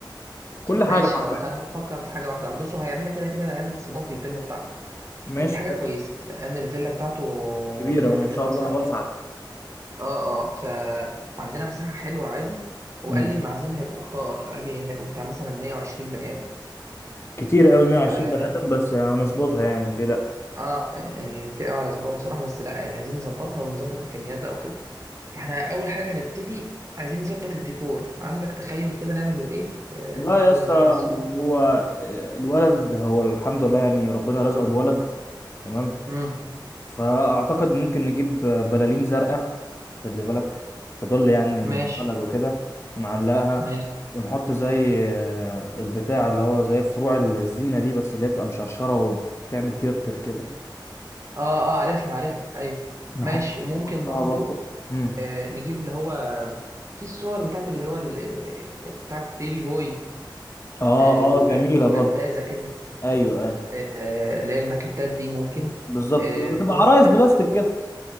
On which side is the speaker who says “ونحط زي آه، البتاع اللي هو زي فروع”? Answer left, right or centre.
Left